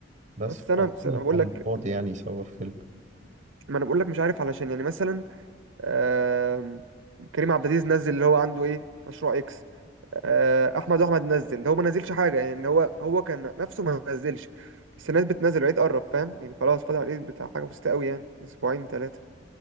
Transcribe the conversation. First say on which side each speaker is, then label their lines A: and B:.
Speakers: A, on the right (about 40°); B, on the right (about 70°).
A: بس
B: بس أنا
A: أظن
B: بس أنا بقول
A: كان
B: لك
A: فاضي يعني يصور فيلم
B: ما أنا بقول لك مش عارف علشان يعني مثلا آم، كريم عبد العزيز نزل اللي هو عنده ايه مشروع اكس آه، احمد احمد نزل ده هو ما نزلش حاجه يعني إن هو هو كان نفسه ما نزلش بس الناس بتنزل العيد قرب فاهم يعني خلاص فاضل على العيد بتاع حاجه بسيطه قوي يعني اسبوعين ثلاثه